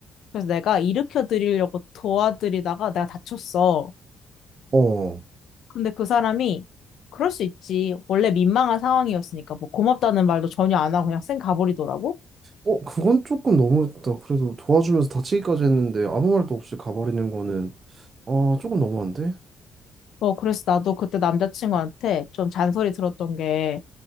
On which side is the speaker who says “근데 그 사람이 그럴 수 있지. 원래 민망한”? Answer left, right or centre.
Left